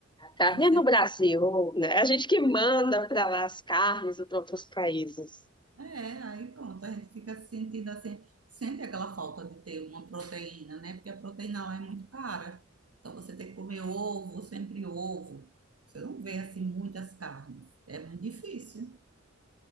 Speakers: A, on the right; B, on the left.
A: Então
B: Carne
A: você
B: é no Brasil, né? A gente que manda para lá as carnes para outros países.
A: É, aí pronto, a gente fica se sentindo assim, sente aquela falta de ter uma proteína, né? Porque a proteína lá é muito cara. Então você tem que comer ovo, sempre ovo. Você não vê assim muitas carnes. É muito difícil.